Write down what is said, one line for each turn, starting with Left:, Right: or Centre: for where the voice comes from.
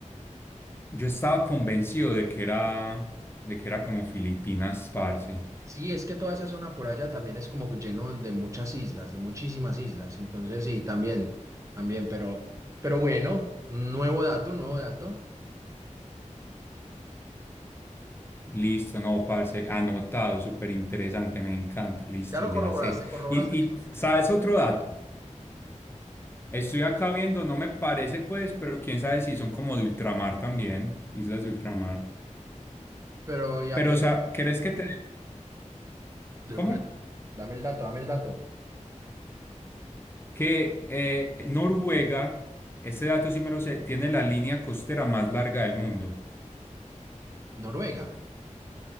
Left: yo estaba convencido de que era, de que era como Filipinas, parce.
Right: Sí, es que toda esa zona por allá también es como lleno de muchas islas, de muchísimas islas. Entonces, sí, también, también, pero, pero bueno, nuevo dato, nuevo dato.
Left: Listo, no, parce, anotado, súper interesante, me encanta, listo,
Right: Ya lo
Left: ya
Right: corroboraste,
Left: sé.
Right: corroboraste
Left: Y,
Right: la
Left: y,
Right: información.
Left: ¿sabes otro dato? Estoy acá viendo, no me parece, pues, pero quién sabe si son como de ultramar también, islas de ultramar.
Right: Pero ya
Left: Pero,
Right: que...
Left: o sea, ¿crees que te...
Right: De
Left: ¿Cómo?
Right: una. Dame el dato, dame el dato.
Left: que eh, Noruega, este dato sí me lo sé, tiene la línea costera más larga del mundo.
Right: Noruega.